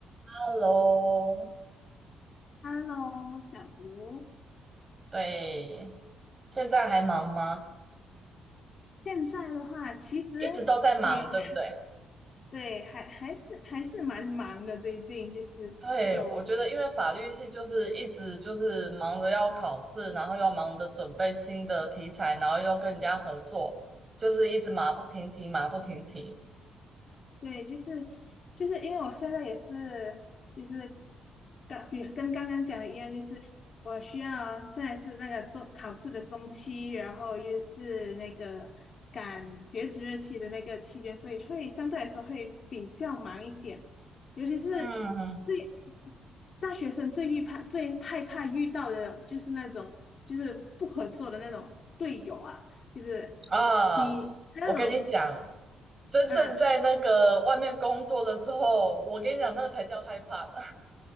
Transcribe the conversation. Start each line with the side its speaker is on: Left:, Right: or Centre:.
Right: Hello，
Left: Hello，小吴，
Right: 对，现在还忙吗？
Left: 现在的话其实也还
Right: 一直都在忙，对不对？
Left: 对，还还是还是蛮忙的。最近就是有
Right: 对，我觉得因为法律系就是一直就是忙着要考试，然后又要忙着准备新的题材，然后又要跟人家合作，就是一直马不停蹄，马不停蹄。
Left: 对，就是就是因为我现在也是，就是刚比跟刚刚讲的一样，就是我需要现在是那个中考试的中期，然后又是那个赶截止日期的那个期间，所以会相对来说会比较忙一点，尤其是最
Right: 嗯
Left: 大学生最遇怕最害怕遇到的就是那种就是不合作的那种队友啊，就是
Right: 啊，
Left: 你那种
Right: 我跟你讲，真正在那个外面工作的时候，
Left: 啊，
Right: 我跟你讲，那个才叫害怕的，